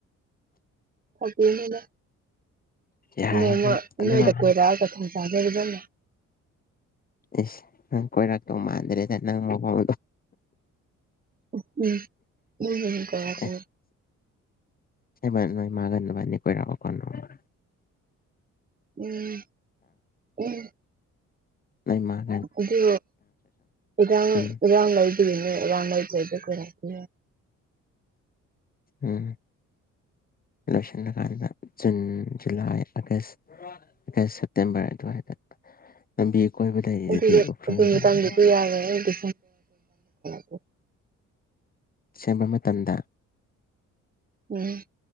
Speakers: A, on the right; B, on the left.
A: ꯀꯥꯏꯗꯩꯅꯣꯗꯥ
B: ꯌꯥꯔꯦ
A: ꯅꯣꯡꯃ
B: ꯅꯪ ꯑꯗꯨꯃꯥꯏ
A: ꯅꯣꯏꯗ
B: ꯍꯥꯏ
A: ꯀꯣꯏꯔꯛꯑꯒ <unintelligible>
B: ꯏꯁ ꯅꯪ ꯀꯣꯏꯔꯛꯇꯧ ꯃꯥꯟꯗ꯭ꯔꯦꯗ ꯅꯪ ꯃꯑꯣꯡꯗꯣ
A: <unintelligible>
B: ꯑꯦ <unintelligible> ꯅꯣꯏ ꯃꯥꯒ ꯅꯕꯥꯅꯤ ꯀꯣꯏꯔꯛꯑꯣꯀꯣ ꯅꯣꯡꯃ
A: ꯎꯝ ꯎꯝ
B: ꯂꯩꯃꯥ
A: ꯑꯗꯨ ꯏꯔꯥꯡ
B: ꯎꯝ
A: ꯏꯔꯥꯡ ꯂꯩꯕꯒꯤꯅꯦ ꯏꯔꯥꯡ ꯂꯩꯇꯔꯗꯤ ꯀꯣꯏꯔꯛꯀꯦ
B: ꯎꯝ ꯂꯣꯏꯁꯤꯜꯂꯀꯥꯟꯗ June July August August September ꯑꯗꯨꯋꯥꯏꯗ ꯂꯝꯕꯤ ꯑꯀꯣꯏꯕ ꯂꯩꯔꯤꯗꯨꯗꯤ
A: ꯑꯗꯨꯒꯤ
B: ꯎꯈ꯭ꯔꯨꯜꯒꯤ
A: ꯑꯗꯨ ꯃꯇꯝꯗꯨꯗꯤ
B: ꯂꯝꯕꯤ
A: ꯌꯥꯔꯣꯏ ꯑꯩꯗꯤ <unintelligible>
B: ꯁꯦꯝꯕ ꯃꯇꯝꯗ
A: ꯎꯝ